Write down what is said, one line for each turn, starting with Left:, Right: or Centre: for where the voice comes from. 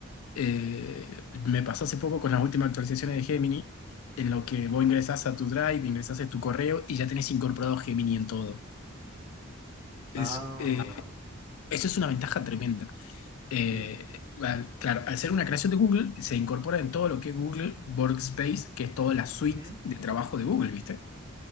Left: Eh, me pasó hace poco con las últimas actualizaciones de Gemini, en lo que vos ingresás a tu Drive, ingresás a tu correo y ya tenés incorporado Gemini en todo. Es,
Right: Ah,
Left: eh, eso es una ventaja tremenda eh,
Right: y,
Left: al- claro, al ser una creación de Google, se incorpora en todo lo que es Google Workspace, que es toda la suite
Right: ujú,
Left: de trabajo de Google, ¿viste?